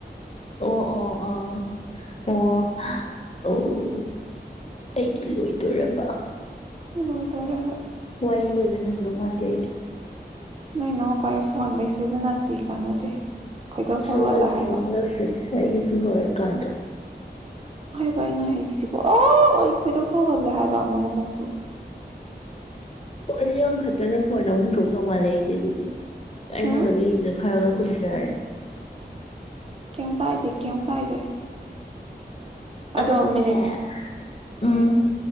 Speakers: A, on the left; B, on the right.
A: ꯑꯣ ꯑꯣ ꯑꯣ ꯑꯣ ꯑꯣ ꯑꯩꯒꯤ ꯂꯣꯏꯗꯣꯔꯕ
B: ꯂꯣꯏꯗꯣꯔꯕ
A: ꯋꯥꯔꯤ ꯂꯣꯏꯕ ꯅꯪꯗꯧ ꯃꯥꯟꯗꯦ ꯑꯩꯗꯤ
B: ꯅꯣꯏꯅꯥꯎ ꯄꯥꯏꯐ ꯐꯣꯟꯗꯩ ꯁꯤꯖꯟꯅꯁꯤ ꯀꯥꯟꯅꯗꯦ ꯈꯣꯏꯗꯧ ꯁꯧꯒꯠꯂꯦ
A: ꯁꯤꯖꯤꯟꯅꯁꯤ
B: ꯍꯥꯏꯕ
A: ꯁꯤꯖꯤꯟꯅꯁꯤ ꯑꯩꯒꯤꯁꯨ ꯂꯣꯢꯔꯀꯥꯟꯗ
B: ꯥ ꯀꯩꯅꯣ ꯍꯩꯔꯤꯁꯤꯕꯣ ꯑꯩ ꯈꯣꯏꯗꯧ ꯁꯧꯒꯠꯂꯦ ꯍꯥꯏ ꯑꯃꯨꯛ ꯑꯃꯨꯛꯁꯨ
A: ꯋꯥꯔꯤ ꯑꯝꯈꯇꯅ ꯐꯣꯟ ꯑꯍꯨꯝ ꯊꯣꯛꯇꯧ ꯃꯥꯜꯂꯦ ꯑꯩꯗꯤ ꯑꯗꯨꯗꯤ ꯑꯩꯅꯒ
B: ꯍꯨꯝ
A: ꯂꯤꯕꯗ ꯈꯔꯒꯛ ꯀꯨꯟꯇꯔꯦ
B: ꯀꯦꯝ ꯀꯥꯏꯗꯦ ꯀꯦꯝ ꯀꯥꯏꯗꯦ ꯑꯗꯣ
A: ꯑꯗꯨꯒꯅꯦ
B: ꯃꯤꯅꯤꯠ
A: ꯎꯝ